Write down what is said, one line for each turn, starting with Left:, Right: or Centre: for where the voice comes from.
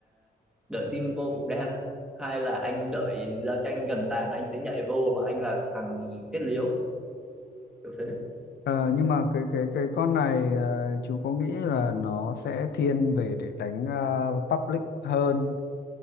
Centre: đợi team vô phủ đam hai là anh đợi giao tranh gần tàn anh sẽ nhảy vô và anh là thằng kết liễu kiểu thế
Left: Ờ, nhưng mà cái cái cái con này ờ, chú có nghĩ là nó sẽ thiên về để đánh ờ, public hơn